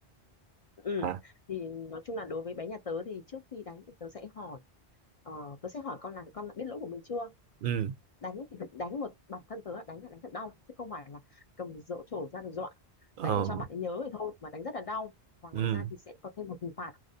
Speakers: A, on the left (about 55°); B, on the right (about 60°).
A: Ừ.
B: hả
A: Thì nói chung là đối với bé nhà tớ thì trước khi đánh thì tớ sẽ hỏi ờ, tớ sẽ hỏi con là con đã biết lỗi của mình chưa?
B: ừ
A: Đánh thì phải đánh một bản thân tớ là đánh là đánh thật đau chứ không phải là cầm dỗ trổ ra để dọa.
B: ờ
A: Đánh để cho bạn ấy nhớ thì thôi mà đánh rất là đau và ngoài
B: ừ
A: ra thì sẽ có thêm một hình phạt